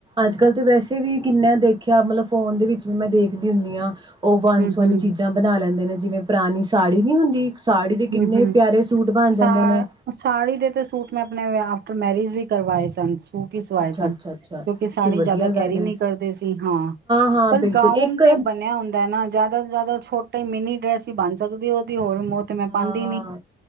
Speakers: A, on the right (about 25°); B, on the right (about 60°).
A: ਅੱਜ ਕੱਲ੍ਹ ਤਾਂ ਵੈਸੇ ਵੀ ਕਿੰਨਾ ਦੇਖਿਆ ਮਤਲਬ ਫੋਨ ਦੇ ਵਿੱਚ ਵੀ ਮੈਂ ਦੇਖਦੀ ਹੁੰਦੀ ਆਂ। ਉਹ ਵਨ
B: ਹਮ
A: ਸਵਨੀ
B: ਹਮ
A: ਚੀਜ਼ਾਂ ਬਣਾ ਲੈਂ ਦੇ ਨੇ, ਜਿਵੇਂ ਪੁਰਾਣੀ ਸਾੜੀ ਨੀ ਹੁੰਦੀ। ਸਾੜੀ ਦੇ
B: ਹੂੰ-ਹੂੰ,
A: ਕਿੰਨੇ ਪਿਆਰੇ ਸੂਟ
B: ਸਾ
A: ਬਣ ਜਾਂਦੇ ਨੇ
B: ਸਾੜੀ ਦੇ ਤੇ ਸੂਟ ਮੈਂ ਆਪਨੇ ਵਿਆਹ ਤੇ ਮੈਰਿਜ ਵੀ ਕਰਵਾਏ ਸਨ। ਸੂਟ ਹੀ ਸਵਾਏ
A: ਅੱਛਾ
B: ਸਨ
A: ਅੱਛਾ
B: ਕਿਉਂਕਿ
A: ਅੱਛਾ
B: ਸਾੜੀ
A: ਕਿ ਵਧੀਆ
B: ਜ਼ਿਆਦਾ
A: ਗੱਲ
B: ਕੈਰੀ
A: ਹੈ
B: ਨ ਕਰਦੇ ਸੀ, ਹਾਂ
A: ਹਾਂ
B: ਪਰ
A: ਬਿਲਕੁਲ
B: ਗਾਊਨ
A: ਇੱਕ
B: ਤੇ ਬਣਿਆ ਹੁੰਦਾ ਨਾ ਜ਼ਿਆਦਾ ਤੋਂ ਜ਼ਿਆਦਾ ਛੋਟ ਮਿੰਨੀ ਡਰੈਸ ਹੀ ਬਣ ਸਕਦੀ ਉਹਦੀ ਹੋਰ ਮੋਹ ਤੇ ਮੈਂ
A: ਹਾਂ
B: ਪਾਉਂਦੀ ਨੀ